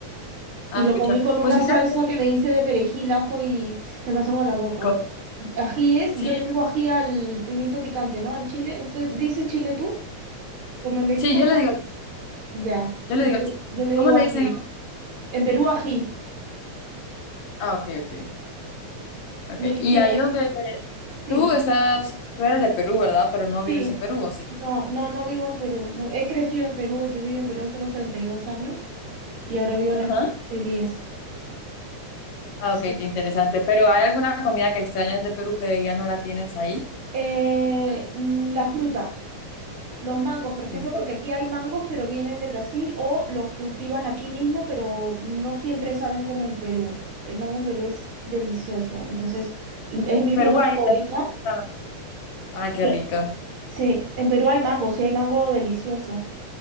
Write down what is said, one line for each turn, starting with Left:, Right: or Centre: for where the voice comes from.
Left: Ah,
Right: Y lo
Left: pucha.
Right: comí con una
Left: Pues mira
Right: salsa que me hice de perejil, ajo y se me hace agua la boca.
Left: qué rico.
Right: Ají es,
Left: Sí,
Right: yo le digo ají al pimiento picante, ¿no? Al chile. ¿Usted dice chile tú? Como en México
Left: sí, yo le
Right: no.
Left: digo,
Right: Ya.
Left: yo le
Right: Yo,
Left: digo,
Right: yo le
Left: ¿cómo
Right: digo
Left: le
Right: ají.
Left: dicen? en México?
Right: En Perú ají.
Left: Ah, ok, ok, ok.
Right: Me hice
Left: Y ahí
Right: un...
Left: donde
Right: Sí,
Left: tú estás, tú eres de Perú, ¿verdad? Pero no
Right: sí.
Left: vives en Perú, ¿o sí?
Right: No, no, no vivo en Perú. No, he crecido en Perú, te vivo en Perú hace los 32 años y ahora vivo
Left: Ajá.
Right: en España hace diez
Left: Ah,
Right: Sí.
Left: ok, qué interesante. Pero ¿hay alguna comida que extrañas de Perú que ya no la tienes ahí?
Right: Eh, mm, la fruta. Los mangos, por ejemplo,
Left: ¿En serio?
Right: porque aquí hay mangos, pero vienen de Brasil o los cultivan aquí mismo, pero no siempre saben como en Perú. El mango en Perú es delicioso, entonces mm, es
Left: En
Right: mi
Left: Perú
Right: fruta
Left: hay,
Right: favorita.
Left: hay mucha- Ay,
Right: que-
Left: qué rico.
Right: Sí, en Perú hay mango, sí hay mango delicioso.